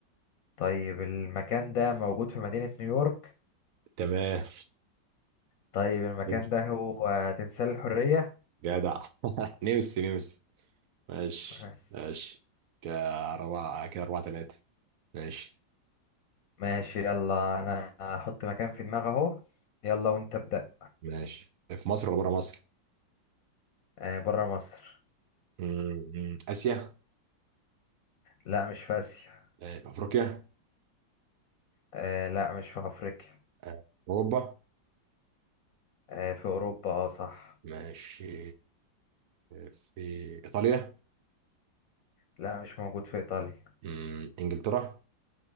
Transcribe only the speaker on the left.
طيب المكان ده موجود في مدينة نيويورك
طيب المكان
ده هو تمثال الحرية
<laughs>
ماشي يلا انا هحط مكان في دماغي اهو يلا وانت ابدأ
آه بره مصر
لا مش في اسيا
آه لا مش في افريقيا
آه في اوروبا اه صح
لا مش موجود في ايطاليا